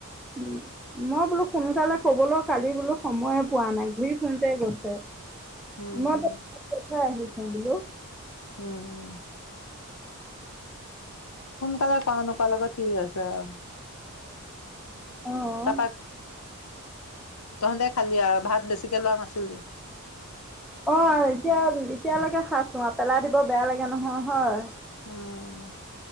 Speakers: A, in the centre; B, on the left (about 75°).
A: উ মই বোলো সোনকালে কবলৈ কালি বোলো সময়ে পোৱা নাই ঘূৰি ফোৰোতে গৈছে।
B: উম,
A: মই ত <unintelligible> অ বোলো
B: উম। সোনকালে কৰা নকৰা লগত কি আছে আৰু।
A: অ'।
B: তাৰ পৰা তহঁতে খালি আৰু ভাত বেছি। চিকেলং আছিল দিওঁ
A: অহ ', এতিয়া এতিয়ালৈকে খাইচো আৰু পেলাই দিব বেয়া লাগে নহয় হয়।
B: উম,